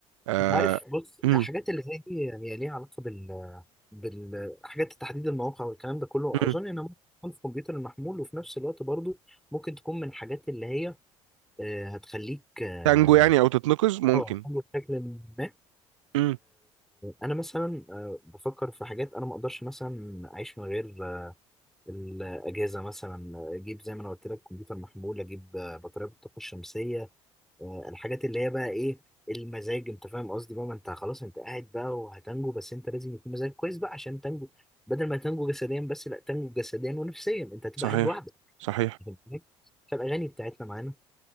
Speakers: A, on the right; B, in the centre.
A: آه،
B: أنت عارف بص
A: أم،
B: الحاجات اللي زي دي هي ليها علاقة بال بالحاجات تحديد المواقع والكلام ده كله
A: أم.
B: أظن إنها ممكن تكون في الكمبيوتر المحمول وفي نفس الوقت برضه ممكن تكون من الحاجات اللي هي آه، هتخليك اه
A: تانجو يعني او تتنقز ممكن
B: آه، بشكل ما
A: أم،
B: انا مثلا آه، بفكر في حاجات انا ما اقدرش مثلا اعيش من غير آه، الاجهزه مثلا اجيب زي ما انا قلت لك كمبيوتر محمول اجيب آه، بطاريه بالطاقه الشمسيه آه، الحاجات اللي هي بقى ايه المزاج انت فاهم قصدي بقى ما انت خلاص انت قاعد بقى وهتنجو بس انت لازم يكون مزاجك كويس بقى عشان تنجو بدل ما تنجو جسديا بس لا تنجو جسديا ونفسيا انت هتبقى
A: صحيح
B: قاعد لوحدك
A: صحيح
B: فاهم؟ فالاغاني بتاعتنا معانا